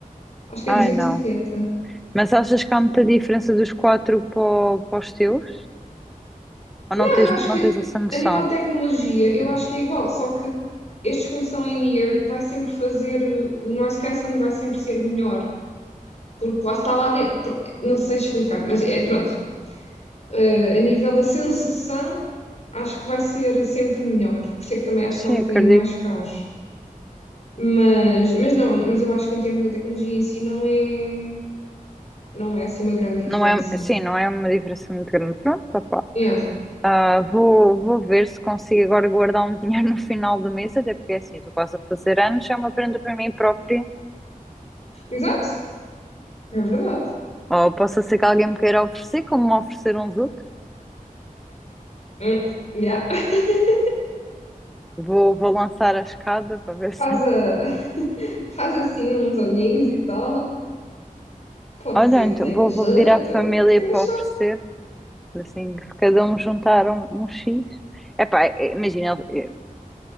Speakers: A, on the left; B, in the centre.
A: Acho que
B: Ai,
A: é 280.
B: não. Mas achas que há muita diferença dos quatro para, o- para os teus? Ou
A: Não,
B: não tens,
A: eu acho
B: não
A: que
B: tens essa noção?
A: a nível de tecnologia, eu acho que é igual, só que estes, como são in-ear, vai sempre fazer, uh, o noise cancelling vai sempre ser melhor, porque lá está lá dentro. Pr- Não sei explicar, mas é pronto. Uh, a nível da sensação, acho que vai ser sempre melhor. Por isso é que também acho
B: Sim,
A: que são um bocadinho
B: acredito.
A: mais caros. Mas, mas não, mas eu acho que em termos da tecnologia em si não é, não é assim uma grande
B: Não
A: diferença.
B: é, sim, não é uma diferença muito grande. Pronto, opá.
A: Yeah.
B: Ah, vou, vou ver se consigo agora guardar um <laughs> dinheiro no final do mês, até porque é assim, estou quase a fazer anos, é uma prenda para mim própria.
A: Exato, é verdade.
B: Ou possa ser que alguém me queira oferecer, como me ofereceram os outros.
A: Hum, yeah. <laughs>
B: Vou, vou lançar a escada para ver se.
A: Faz, a- faz assim uns olhinhos e tal. Pode
B: Olha,
A: ser
B: então
A: que tenha
B: vou,
A: jeito,
B: vou pedir à família
A: tenha
B: para
A: jeito.
B: oferecer, assim, que cada um juntar um, um X. Epá, é- imagina, eu